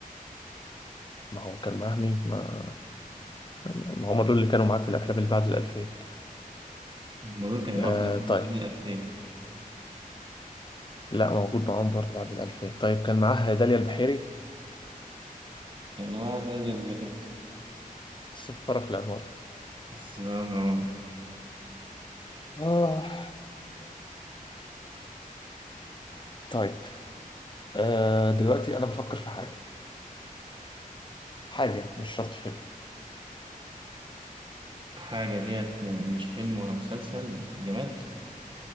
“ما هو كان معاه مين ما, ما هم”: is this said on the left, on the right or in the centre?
Left